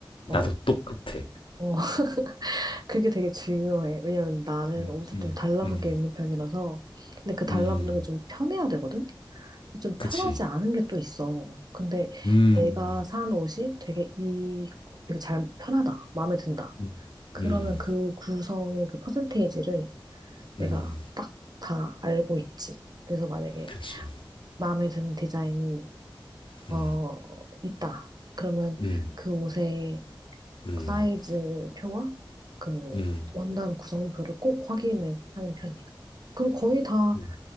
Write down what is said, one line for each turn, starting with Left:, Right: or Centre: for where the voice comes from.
Left: 나도
Right: 어,
Left: 똑같아.
Right: 어, <laughs> 그게 되게 중요해. 왜냐면 나는
Left: 음
Right: 옷을
Left: 음
Right: 좀 달라붙게
Left: 음
Right: 입는 편이라서. 근데 그 달라붙는
Left: 음.
Right: 게 좀 편해야 되거든? 근데 좀
Left: 그치.
Right: 편하지 않은 게 또 있어. 근데
Left: 음.
Right: 내가 산 옷이 되게 이, 되게 잘 편하다. 마음에 든다.
Left: 음
Right: 그러면
Left: 음
Right: 그 구성의 그 퍼센테이지를 내가
Left: 음.
Right: 딱 다 알고 있지. 그래서 만약에
Left: 그치.
Right: 마음에 드는 디자인이
Left: 음
Right: 어, 있다. 그러면
Left: 음
Right: 그 옷의
Left: 음
Right: 사이즈 표와 그
Left: 음
Right: 원단 구성표를 꼭 확인을 하는 편이야. 그리고 거의 다
Left: 음